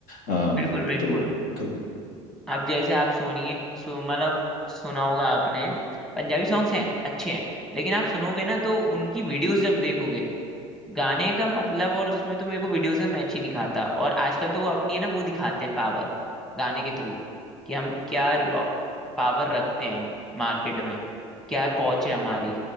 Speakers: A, on the left; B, in the centre.
A: अ,
B: बिल्कुल बिल्कुल
A: तो थोड़ा
B: अब जैसे आप सुनिए सु, मतलब सुना होगा आपने पंजाबी सॉन्ग्स हैं अच्छे हैं लेकिन आप सुनोगे ना तो उनकी वीडियोस जब देखोगे गाने का मतलब और उसमें तो मेरे को वीडियो से मैच ही नहीं खाता और आजकल तो वो अपनी है ना वो दिखाते हैं पावर गाने के थ्रू कि हम क्या पावर रखते हैं मार्केट में क्या पहुंच है हमारी